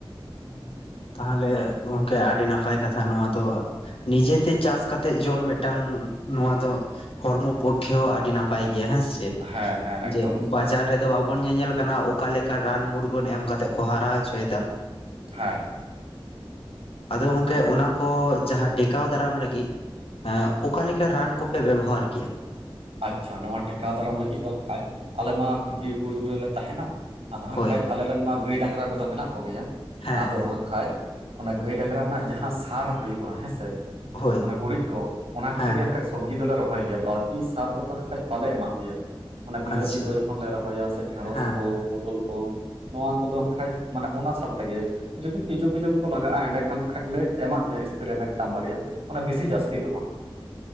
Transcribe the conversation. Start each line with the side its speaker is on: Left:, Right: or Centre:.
Right: ᱦᱮᱸ <inaudible>
Left: ᱛᱟᱦᱚᱞᱮ ᱜᱚᱝᱠᱮ ᱟᱹᱰᱤ ᱱᱟᱯᱟᱭ ᱠᱟᱛᱷᱟ ᱱᱚᱣᱟ ᱫᱚ᱾ ᱱᱤᱡᱮ ᱛᱮ ᱪᱟᱥ ᱠᱟᱛᱮᱜ ᱡᱚᱢ ᱢᱤᱫᱴᱟᱝ ᱱᱚᱣᱟ ᱫᱚ ᱾ ᱦᱚᱲᱢᱚ ᱯᱚᱠᱠᱷᱮ ᱦᱚᱸ ᱟᱹᱰᱤ ᱱᱟᱯᱟᱭ ᱜᱮᱭᱟ ᱦᱮᱸᱥᱮ
Right: ᱦᱮᱸ ᱦᱮᱸ ᱮᱠᱫᱚᱢ
Left: ᱡᱮ ᱵᱟᱡᱟᱨ ᱨᱮ ᱾ ᱫᱚ ᱵᱟᱵᱚᱱ ᱧᱮᱧᱮᱞ ᱠᱟᱱᱟ ᱚᱠᱟ ᱞᱮᱠᱟ ᱨᱟᱱ ᱢᱩᱨᱜᱟᱹᱱ ᱮᱢ ᱠᱟᱛᱮᱫ ᱠᱚ ᱦᱟᱨᱟ ᱦᱚᱪᱚᱭᱮᱫᱟ ᱾
Right: ᱦᱮᱸ᱾
Left: ᱟᱫᱚ ᱜᱚᱝᱠᱮ ᱚᱱᱟ ᱠᱚ ᱡᱟᱦᱟᱸ ᱴᱮᱠᱟᱣ ᱫᱟᱨᱟᱢ ᱞᱟᱹᱜᱤᱫ ᱚᱠᱟ ᱞᱮᱠᱟ ᱨᱟᱱ ᱠᱚ ᱾ ᱯᱮ ᱵᱮᱵᱚᱦᱟᱨ ᱜᱮᱭᱟ ᱾
Right: ᱟᱪᱷᱟ ᱱᱚᱣᱟ ᱴᱮᱠᱟᱣ ᱫᱟᱨᱟᱢ ᱞᱟᱹᱜᱤᱫ ᱫᱚ ᱦᱟᱸᱜ ᱠᱷᱟᱱ ᱟᱞᱮ ᱢᱟ ᱵᱤᱨ ᱵᱩᱨᱩ ᱨᱮᱞᱮ ᱛᱟᱸᱦᱮᱱᱟ ᱾ ᱟᱫᱚ ᱦᱟᱸᱜ
Left: ᱦᱳᱭ
Right: ᱠᱷᱟᱡ ᱟᱞᱮᱨᱮᱱ ᱢᱟ ᱜᱟᱹᱭ ᱰᱟᱝᱨᱟ ᱠᱚ ᱫᱚ ᱢᱮᱱᱟᱜ ᱠᱚᱜᱮᱭᱟ
Left: ᱦᱮᱸ
Right: ᱟᱫᱚ
Left: ᱦᱮᱸ
Right: ᱦᱟᱸᱜ ᱠᱷᱟᱡ ᱾ ᱚᱱᱟ ᱜᱟᱹᱭ ᱰᱟᱝᱨᱟ ᱨᱮᱱᱟᱜ ᱡᱟᱦᱟᱸ ᱥᱟᱨ ᱦᱩᱭᱩᱜᱼᱟ ᱦᱮᱸᱥᱮ
Left: ᱦᱳᱭ
Right: ᱚᱱᱟ ᱜᱩᱨᱤᱡ ᱠᱚ ᱚᱱᱟ ᱠᱚᱛᱮ
Left: ᱦᱮᱸ
Right: ᱜᱮ ᱦᱟᱜ ᱾ ᱥᱚᱵᱽᱡᱤ ᱫᱚ ᱞᱮ ᱨᱚᱦᱚᱭ ᱜᱮᱭᱟ᱾ᱵᱟᱹᱲᱛᱤ ᱥᱟᱨ ᱠᱚᱛ ᱞᱮ ᱠᱷᱟᱡ ᱵᱟᱞᱮ ᱮᱢᱟᱜ ᱜᱮᱭᱟ ᱾ ᱚᱱᱟ ᱵᱤᱞᱟᱹᱛᱤ
Left: ᱟᱪᱪᱷᱟ
Right: ᱠᱚ ᱡᱚᱠᱷᱚᱱ ᱞᱮ ᱨᱚᱦᱚᱭᱟ ᱥᱮ ᱰᱷᱮᱸᱲᱚᱥ
Left: ᱦᱮᱸ
Right: ᱠᱚ ᱯᱚᱴᱚᱞ ᱠᱚ ᱾ ᱱᱚᱣᱟ ᱠᱚᱫᱚ ᱦᱠᱷᱟᱡ ᱢᱟᱱᱮ ᱚᱱᱟ ᱥᱟᱶᱞ ᱛᱮᱜᱮᱼᱼ ᱡᱩᱫᱤ ᱛᱤᱡᱩ ᱯᱤᱡᱩ ᱠᱚ ᱞᱟᱜᱟᱜᱼᱟ ᱮᱸᱰᱮ ᱠᱷᱟᱱ ᱠᱷᱟᱱᱡ ᱞᱮ ᱮᱢᱟᱜ ᱢᱮᱭᱟ ᱥᱯᱨᱮ ᱢᱤᱫᱴᱟᱝ ᱵᱟᱨᱭᱟ᱾ ᱚᱱᱟ ᱵᱤᱥᱤ ᱡᱟᱹᱥᱛᱤ ᱫᱚᱚᱜ ᱵᱟᱝᱼᱟ,